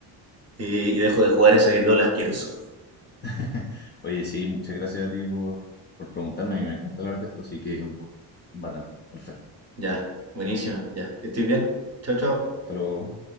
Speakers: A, on the right (about 30°); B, on the left (about 25°).
A: eh, y dejo de jugar ese LOL asqueroso.
B: <laughs> Oye, sí, muchas gracias a ti por, por preguntarme. A mí me encanta hablar de esto, así que bacán. Perfecto.
A: Ya, buenísima, ya, que estés bien. Chao, chao.
B: Hasta luego.